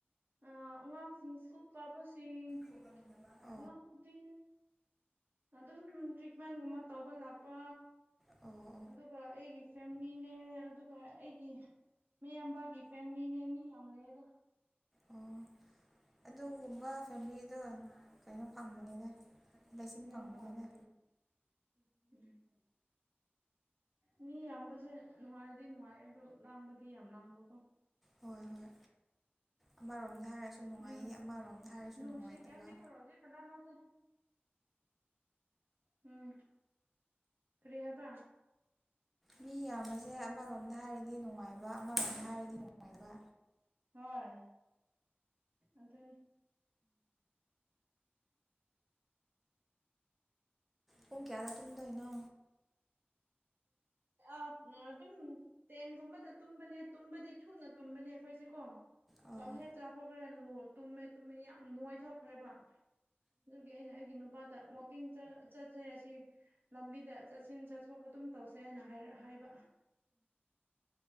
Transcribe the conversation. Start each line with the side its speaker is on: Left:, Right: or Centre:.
Right: ꯑ ꯑꯉꯥꯡꯁꯤꯡ ꯁ꯭ꯀꯨꯜ ꯀꯥꯕꯁꯤꯡ꯫
Centre: <inaudible>
Right: ꯏꯅꯥꯎꯅꯨꯄꯤ ꯑꯗꯨꯝ ꯇ꯭ꯔꯤꯠꯃꯦꯟꯒꯨꯝꯕ ꯇꯧꯕ ꯂꯥꯛꯄ꯫
Centre: ꯑꯣ꯫
Right: ꯑꯗꯨꯒ ꯑꯩꯒꯤ ꯐꯦꯃꯤꯂꯤꯅꯦ ꯑꯗꯨꯒ ꯑꯩꯒꯤ ꯃꯤ ꯑꯝꯕꯥꯒꯤ ꯐꯦꯃꯤꯂꯤꯅꯦ ꯃꯤ ꯌꯥꯝ ꯂꯩꯌꯦꯗ꯫
Centre: ꯑꯣ ꯑꯗꯨꯒꯨꯝꯕ ꯐꯦꯃꯤꯂꯤꯗꯣ ꯀꯩꯅꯣ ꯐꯪꯕꯅꯤꯗ ꯏꯁꯤꯡ
Right: ꯏꯌꯥꯝꯕ
Centre: ꯐꯪꯕꯅꯤꯗ꯫
Right: ꯍꯥꯏꯕꯗꯨꯗꯤ <unintelligible> ꯎꯝ꯫ ꯃꯤ ꯌꯥꯝꯕꯁꯦ ꯅꯨꯡꯉꯥꯏꯗꯤ ꯅꯨꯡꯉꯥꯏ ꯑꯗꯨ ꯂꯥꯡꯕꯗꯤ ꯌꯥꯝ ꯂꯥꯡꯕꯀꯣ꯫
Centre: ꯍꯣꯏ ꯍꯣꯏ ꯑꯃꯔꯣꯝꯗ ꯍꯥꯏꯔꯁꯨ ꯅꯨꯡꯉꯥꯏꯌꯦ
Right: ꯎꯝ
Centre: ꯑꯃꯔꯣꯝꯗ ꯍꯥꯏꯔꯁꯨ
Right: ꯅꯨꯡꯁꯦ
Centre: ꯅꯨꯡꯉꯥꯏꯇꯕ꯫
Right: <inaudible> ꯎꯝ ꯀꯔꯤꯍꯥꯏꯕꯥ꯫
Centre: ꯃꯤ ꯌꯥꯝꯕꯁꯦ ꯑꯃꯔꯣꯝꯗ ꯍꯥꯏꯔꯗꯤ ꯅꯨꯡꯉꯥꯏꯕ ꯑꯃꯔꯣꯝꯗ ꯍꯥꯏꯔꯗꯤ ꯅꯨꯡꯉꯥꯏꯇꯕ꯫
Right: ꯍꯣꯏ ꯑꯗꯨꯅꯤ꯫
Centre: ꯄꯨꯡ ꯀꯌꯥꯗ ꯇꯨꯝꯗꯣꯏꯅꯣ꯫
Right: ꯑ ꯑꯗꯨꯝ ꯇꯦꯟꯒꯨꯝꯕꯗ ꯇꯨꯝꯕꯅꯦ ꯇꯨꯝꯕꯗꯤ ꯊꯨꯅ ꯇꯨꯝꯕꯅꯦ ꯑꯩꯈꯣꯏꯁꯦ ꯀꯣ꯫
Centre: ꯑꯣ
Right: ꯆꯥꯛ ꯍꯦꯛ ꯆꯥꯊꯣꯛꯈ꯭ꯔꯦ ꯂꯨ ꯇꯨꯝꯃꯦ ꯇꯨꯝꯃꯦ ꯌꯥꯝ ꯅꯣꯏꯊꯣꯛꯈ꯭ꯔꯦꯕ꯫ ꯑꯗꯨꯒꯤ ꯑꯩꯅ ꯑꯩꯒꯤ ꯅꯨꯄꯥꯗ ꯋꯥꯛꯀꯤꯡ ꯆꯠꯁꯦ ꯑꯁꯤ ꯂꯝꯕꯤꯗ ꯆꯠꯁꯤꯟ ꯆꯠꯊꯣꯛ ꯑꯗꯨꯝ ꯇꯧꯁꯦ ꯍꯥꯏꯅ ꯍꯥꯏꯕ꯫